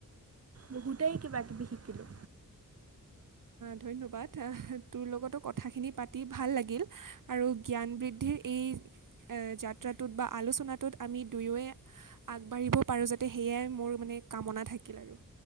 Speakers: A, on the right; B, on the right.
A: বহুতেই কিবা কিবি শিকিলোঁ।
B: ধন্যবাদ, তোৰ লগতো কথাখিনি পাতি ভাল লাগিল আৰু জ্ঞান বৃদ্ধিৰ এই যাত্ৰাটোত বা আলোচনাটোত আমি দুয়োে আগবাঢ়িব পাৰোঁ। যাতে সেয়াই মোৰ মানে কামনা থাকিল আৰু।